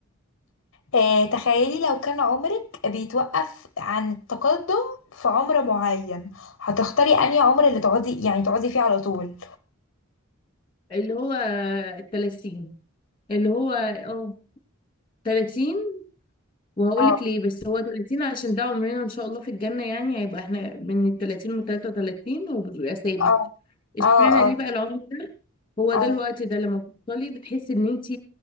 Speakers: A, on the left; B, on the left.
A: آه، تخيلي لو كان عمرك بيتوقف عن التقدم في عمر معين هتختاري أنهي عمر اللي تقعدي يعني تقعدي فيه على طول
B: اللي هو التلاتين اللي هو اه 30 وهقول
A: اه
B: لك ليه بس هو 30 عشان ده عمرنا ان شاء الله في الجنة يعني هيبقى احنا من ال 30 ل 33 وبيبقى ثابت
A: اه
B: اشمعنى
A: اه اه
B: ليه بقى العمر ده هو
A: اه
B: ده الوقت ده لما بتوصلي بتحسي ان انت